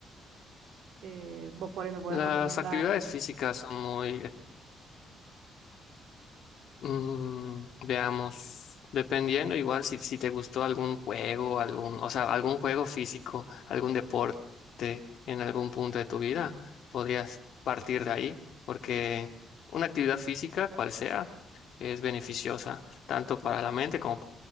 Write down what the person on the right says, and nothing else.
Eh, vos por ahí me podés
recomendar.